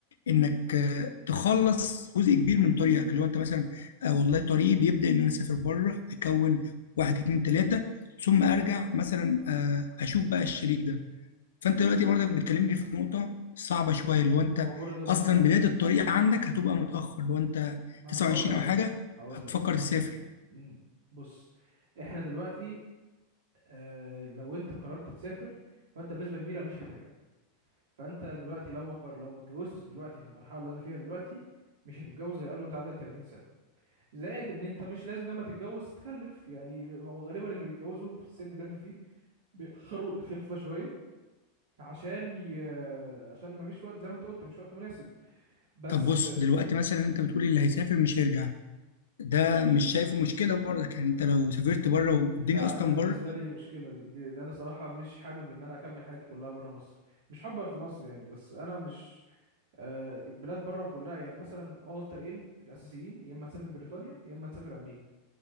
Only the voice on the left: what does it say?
انك آه، تخلص جزء كبير من طريقك اللي هو انت مثلا آه، والله طريقي بيبدا ان انا اسافر بره اكون واحد اتنين تلاته ثم ارجع مثلا آه، اشوف بقى الشريك ده فانت دلوقتي برضك بتكلمني في نقطه صعبه شويه اللي هو انت
اصلا
بدايه الطريق عندك هتبقى متاخر لو انت
29
او
حاجه
هتفكر
تسافر
طب بص دلوقتي مثلا انت بتقولي اللي هيسافر مش هيرجع ده مش شايفه مشكله برضك يعني انت لو سافرت بره والدنيا
اصلا
بره